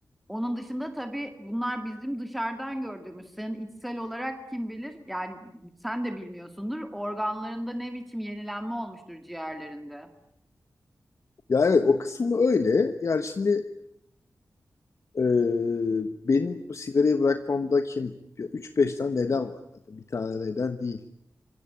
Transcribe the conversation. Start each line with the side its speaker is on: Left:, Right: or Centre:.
Centre: Onun dışında tabii bunlar bizim dışarıdan gördüğümüz. Senin içsel olarak kim bilir? Yani sen de bilmiyorsundur. Organlarında ne biçim yenilenme olmuştur ciğerlerinde.
Left: ya evet o kısmı öyle. Yani şimdi e, benim bu sigarayı bırakmamdaki üç beş tane neden var. Zaten bir tane neden değil.